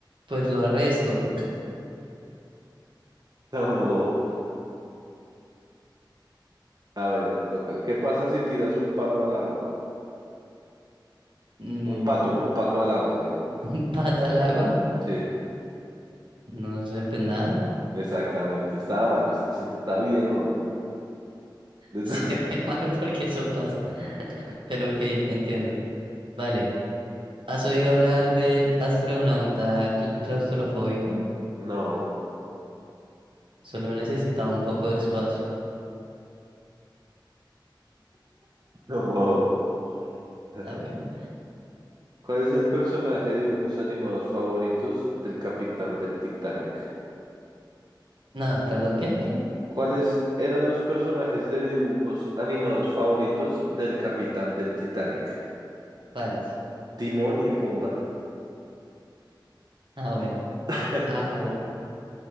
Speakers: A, on the right; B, on the right.
A: pues lo arresto.
B: vamos a ver, me toca. ¿Qué pasa si tiras un palo al agua?
A: Mm,
B: Un pato, un pato al agua, digo.
A: <laughs> pata al agua,
B: Sí,
A: no sé, pues nada. <laughs>
B: exactamente. Estaba malo, ese chiste estaba bien malo. <laughs> Le
A: Sí,
B: toca.
A: re malo porque eso pasa. <laughs> Pero ok, entiendo. Vale, ¿has oído hablar del astronauta cla- claustrofóbico?
B: No,
A: Solo necesitaba un poco de espacio.
B: como. <laughs>
A: Ah, bueno.
B: ¿Cuál es el personaje de dibujos animados favoritos del capitán del Titanic?
A: No, perdón, ¿qué? ¿Qué?
B: ¿Cuáles eran los personajes de dibujos animados favoritos del capitán del Titanic?
A: Vale.
B: Timón y Pumba.
A: Ah, bueno.
B: <laughs>
A: Ah, bueno.